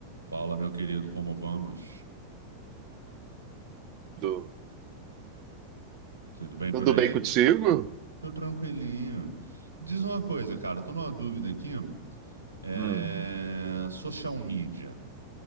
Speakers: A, on the right; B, on the right.
A: Fala, meu querido, como vamos?
B: Tudo,
A: Tudo bem
B: tudo
A: por aí?
B: bem contigo?
A: Tô tranquilinho. Diz uma coisa, cara, tô numa dúvida aqui. É...
B: Hum.
A: Social media.